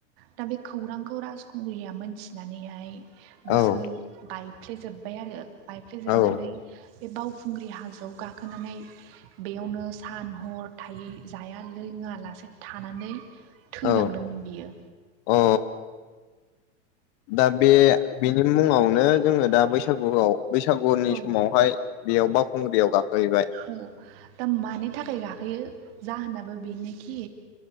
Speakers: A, on the right; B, on the left.
A: दा बे खौरांखौ राजखुंग्रिया मोनथिनानैहाय गोसो
B: औ
A: बाय फ्लेेजोबबाय आरो बायफ्लेेजोबनानै
B: औ
A: बे बावखुंग्रि हाजोआव गाखोनानै बेयावनो सान हर थायै जाया लो ङा लासे थानानै थैलांदोंमोन
B: औ
A: बियो।
B: अ दा बे बेनि मुङावनो जोङो दा बैसागुआव। बैसागुनि
A: औ
B: समावहाय बेयाव बावखुंग्रियाव गाखोहैबाय।
A: औ दा मानि थाखाय गाखोयो जा होनाबो बेनोखि